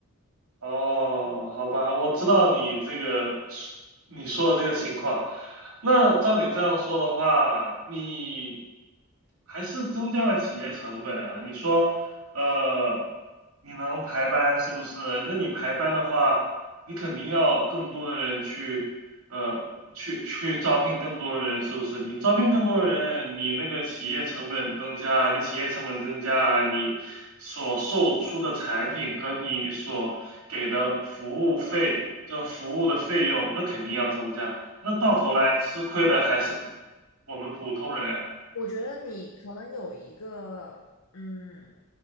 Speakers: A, on the right; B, on the left.
A: 哦，好吧，我知道你这个是你说的这个情况。那照你这样说的话，你还是增加了企业成本啊。你说，呃，你能排班是不是？那你排班的话，你肯定要更多的人去，呃，去去招聘更多的人，是不是？你招聘更多的人，你那个企业成本增加，你企业成本增加，你。所售出的产品和你所给的服务费，就服务的费用，那肯定要增加。那到头来吃亏的还是我们普通人啊。
B: 我觉得你可能有一个，嗯，